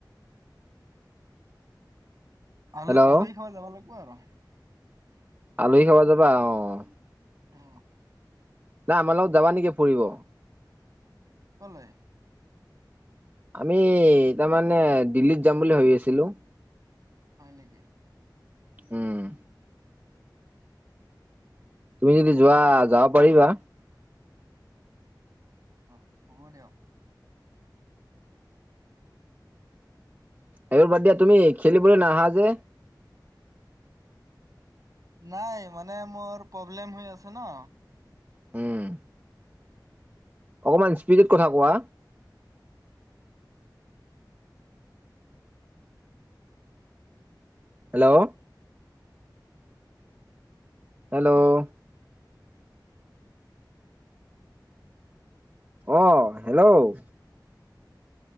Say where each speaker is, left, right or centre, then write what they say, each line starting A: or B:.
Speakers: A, on the right; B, on the right.
A: আলু
B: হেল্ল'
A: আলুি খাব যাব লাগিব আৰু
B: আলহী খাব যাবা আহ
A: অ
B: নাই আমাৰ লগত যাবা নেকি পৰিুৰিব
A: কলে
B: আমি তাৰমানানে দিল্লীত যাম বুলি ভাবি আছিলো
A: হয় নেকি
B: উম তুমি যদি যোৱা যাব পাৰিবা
A: অ হ'ব দিয়ক
B: এইবোৰ বাদ দিয়া তুমি খেলিবলৈ নাহা যে
A: নাই মানে মোৰ প্ৰব্লেম হৈ আছে ন
B: উম অকমান স্পিডত কথা কোৱা হেল্ল' হেল্ল' আহ হেল্ল'